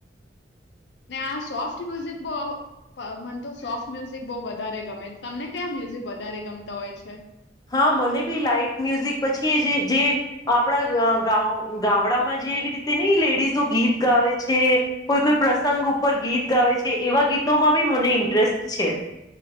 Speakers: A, on the left; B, on the left.
A: ને આ સોફ્ટ મ્યુઝિક બો મને તો સોફ્ટ મ્યુઝિક બો વધારે ગમે. તમને કયા મ્યુઝિક વધારે ગમતા હોય છે?
B: હા મને બી લાાઈટ મ્યુઝિક પછી જે જે આપણા ગાવ ગામડામાં જે એવી રીતે ને લેડીઝો ગીત ગાવે છે. કોઈ કોઈ પ્રસંગ ઉપર ગીત ગાવે છે. એવા ગીતોમાં બી મને ઇન્ટરેસ્ટ છે.